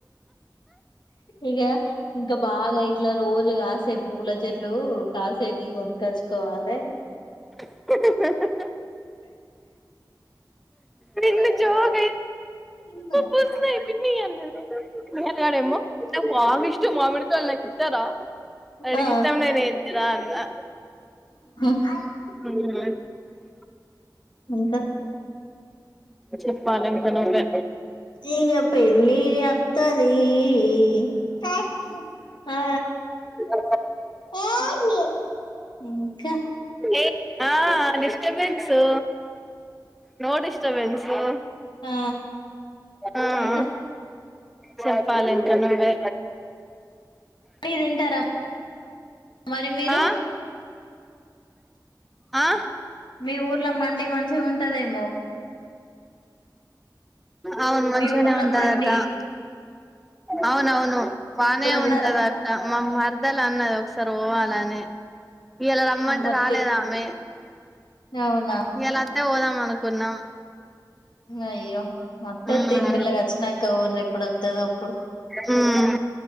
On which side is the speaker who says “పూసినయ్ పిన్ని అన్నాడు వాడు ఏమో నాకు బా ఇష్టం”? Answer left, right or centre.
Centre